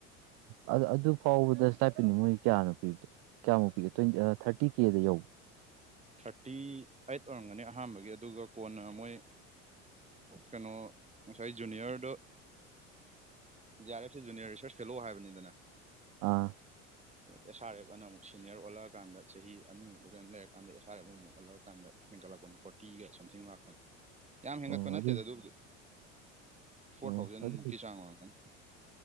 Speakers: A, on the right (about 65°); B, on the right (about 20°).
A: ꯑꯣ ꯑꯗꯨ ꯐꯥꯎꯕꯗꯇꯥꯏꯄꯤꯅꯤ ꯃꯣꯏ ꯀꯌꯥꯅꯣ ꯄꯤꯕꯗꯣ ꯀꯌꯥꯃꯨꯛ ꯄꯤꯒ ꯇ꯭ꯋꯦꯟ ꯊꯥꯔꯇꯤ ꯀꯦꯗ ꯌꯧꯕ
B: ꯊꯥꯔꯇꯤ ꯑꯩꯠ ꯑꯣꯏꯔꯝꯒꯅꯤ ꯑꯍꯥꯟꯕꯒꯤ ꯑꯗꯨꯒ ꯀꯣꯟꯅ ꯃꯣꯏ ꯀꯩꯅꯣ ꯉꯁꯥꯏ ꯖꯨꯅꯤꯌꯔꯗꯣ ꯖꯤ ꯑꯥꯔ ꯑꯦꯐꯁꯦ ꯖꯨꯅꯤꯌꯔ ꯔꯤꯁꯔꯁ ꯐꯦꯂꯣ ꯍꯥꯏꯕꯅꯤꯗꯅ
A: ꯑꯥ
B: ꯑꯦꯁ ꯑꯔ ꯑꯦꯐ ꯑꯅꯤ ꯁꯤꯅꯤꯌꯔ ꯑꯣꯂꯛꯑꯀꯟꯗ ꯆꯍꯤ ꯑꯅꯤꯃꯨꯛꯛꯇ ꯀꯅ ꯂꯩꯔꯀꯥꯟꯗ ꯑꯦꯁ ꯑꯔ ꯑꯦꯐ ꯑꯃꯨꯛ ꯑꯣꯂꯛꯑꯀꯟꯗ ꯀ‌ꯣꯟꯅꯥ ꯐꯣꯔꯇꯤꯒ ꯁꯝꯊꯤꯡ ꯂꯥꯛꯄꯅꯤ ꯌꯥꯝ ꯍꯦꯟꯒꯠꯄ
A: ꯑꯣ
B: ꯅꯠꯇꯦꯗ
A: ꯑꯗꯨ
B: ꯑꯗꯨꯕꯨꯗꯤ ꯐꯣꯔ
A: ꯑꯣ
B: ꯊꯥꯎꯖꯟꯃꯨꯛꯀꯤ
A: ꯑꯗꯨ
B: ꯆꯥꯡ ꯑꯣꯏꯔꯝꯒꯅꯤ